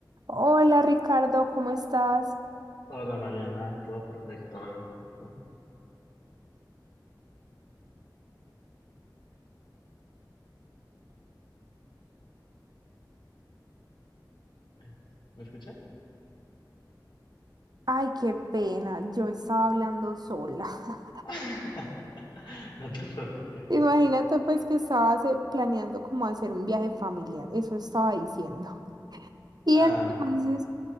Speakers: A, on the right (about 60°); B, on the left (about 80°).
A: Hola Ricardo, ¿cómo estás?
B: Hola Mariana, todo perfecto. ¿Tú? Ay, ¿Me escuchas?
A: Ay, qué pena, yo estaba hablando sola. <laughs>
B: <laughs> No te preocupes.
A: Imagínate pues que estabas eh, planeando como hacer un viaje familiar, eso estaba diciendo. Y
B: Ah,
A: entonces